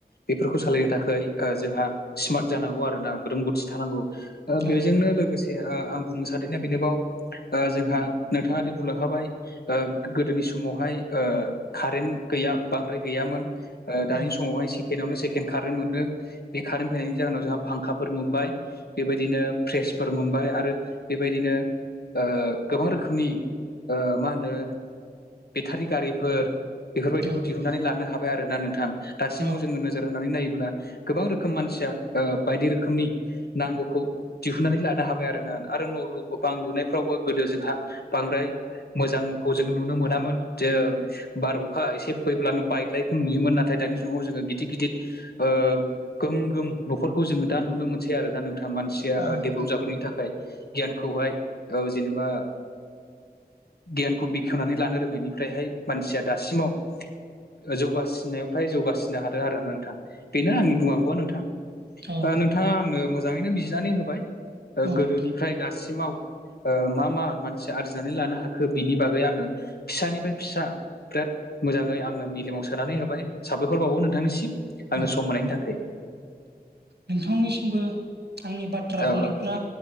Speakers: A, on the left; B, on the right.
A: बेफोरखौ सालायनो थाखाय ओ जोंहा स्मार्ट जानांगौ आरो ना रोंगौथि थानांगौ। ओ बेजोंनो
B: औ
A: लोगोसे ओ आं बुंनो सादोंना बेनोबाव ओ जोंहा नोंथाङादि बुंलांखाबाय ओ गोदोनि समावहाय कारेन्ट गैया बांद्राय गैयामोन। ओ दानि
B: औ
A: समावहाय सेकेण्डआवनो सेकेणड कारेन्ट मोनो। बे कारेन्ट फैनायनि जाहोनाव जोंहा फांखाफोर मोनबाय बेबायदिनो फ्रेसफोर मोनबाय आरो बेबायदिनो ओ गोबां रोखोमनि ओ मा होनो बेटारि गारिफोर बेफोरबायदिखौ
B: औ नोंथां
A: दिहुननानै लानो हाबाय आरोना नोंथां। दासिमाव
B: औ
A: जोङो नोजोर होनानै नायोब्ला गोबां रोखोम मानसिया ओ बायदि रोखोमनि नांगौखौ दिहुननानै लानो हाबाय आरोना आरो न' बां लुनायफ्रावबो गोदो जोंहा बांद्राय मोजांखौ जों नुनो मोनामोन जे बार अखा एसे फैब्लानो बायदलायखौ नुयोमोन नाथाय दानि जुगाव जोंङो गिदिर गिदिर ओ गोम गोम न'खरखौ जोंङो दा नुनो मोनसै आरो ना नोंथाङा मानसिया
B: औ नोंथां
A: डेभलप जाबोननि थाखाय गियानखौहाय जेनेबा गियानखौ बेखेवनानै लानो रोङैनायनिफ्रायहाय मानसिया दासिमाव जौगासिननायाव फ्राय जौगासिननो हादों आरो ना नोंथां बेनो आंनि बुंनांगौआ नोंथां।
B: औ नोंथां
A: ओ नोंथाङा आंनो मोजाङैनो बिजिनानै होबाय
B: औ
A: गोदोनिफ्राय
B: नोंथां
A: दासिमाव ओ मा मा मानसि आरजिनानै लानो हाखो बिनि बागै आङो फिसानिफ्राय फिसा बिराद मोजाङै आंनो मिलिमाव सोनानै होबाय साबायखरबावो नोंथांनिसिम आंनो
B: औ
A: सम होनायनि थाखाय।
B: नोंथांनिसिमबो आंनि बाथ्रा
A: औ
B: बुंनायफ्रा
A: औ